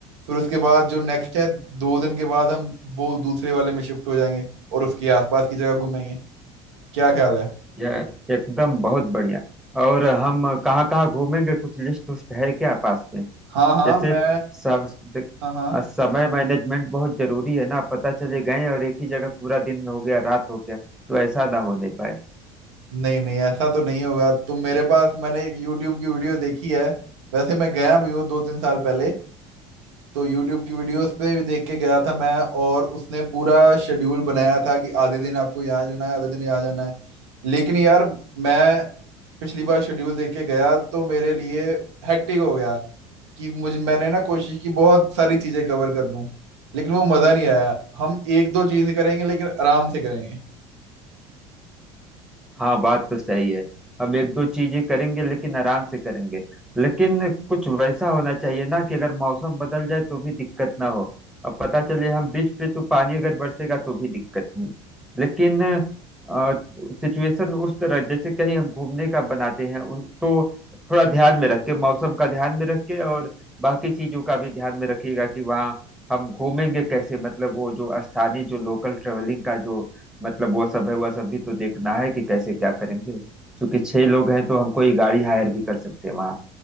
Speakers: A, on the right; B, in the centre.
A: फिर उसके बाद जो नेक्स्ट है दो दिन के बाद हम वो दूसरे वाले में शिफ्ट हो जाएंगे और उसके आसपास की जगह घूमेंगे क्या ख्याल है
B: यह एकदम बहुत बढ़िया और हम कहाँ कहाँ घूमेंगे कुछ लिस्ट उस्ट है क्या पास में
A: हाँ हाँ
B: जैसे
A: मैं
B: सब देख,
A: हाँ हाँ
B: अ, समय मैनेजमेंट बहुत जरूरी है ना पता चले गए और एक ही जगह पूरा दिन हो गया रात हो गया तो ऐसा ना होने पाए
A: नहीं नहीं ऐसा तो नहीं होगा तो मेरे पास मैंने एक यूट्यूब की वीडियो देखी है वैसे मैं गया भी हूँ दो तीन साल पहले तो यूट्यूब की वीडियोस पे देख के गया था मैं और उसने पूरा शेड्यूल बनाया था कि आधे दिन आपको यहाँ जाना है आधे दिन यहाँ जाना है लेकिन यार मैं पिछली बार शेड्यूल देख के गया तो मेरे लिए हेक्टिक हो गया कि मुझे मैंने ना कोशिश की बहुत सारी चीजें कवर कर लूं लेकिन वो मजा नहीं आया हम एक दो चीज करेंगे लेकिन आराम से करेंगे
B: हाँ बात तो सही है हम एक दो चीजें करेंगे लेकिन आराम से करेंगे लेकिन कुछ वैसा होना चाहिए ना कि अगर मौसम बदल जाए तो भी दिक्कत ना हो अब पता चले हम बीच पे तो पानी अगर बरसेगा तो भी दिक्कत नहीं लेकिन सिचुएशन उस तरह जैसे कहीं हम घूमने का बनाते हैं उस- तो थोड़ा ध्यान में रख के मौसम का ध्यान में रख के और बाकी चीजों का भी ध्यान में रखिएगा कि वहाँ हम घूमेंगे कैसे मतलब वो जो स्थानीय जो लोकल ट्रेवलिंग का जो मतलब वो सब है वह सब भी तो देखना है कि कैसे क्या करेंगे क्योंकि छह लोग हैं तो हम कोई गाड़ी हायर भी कर सकते हैं वहाँ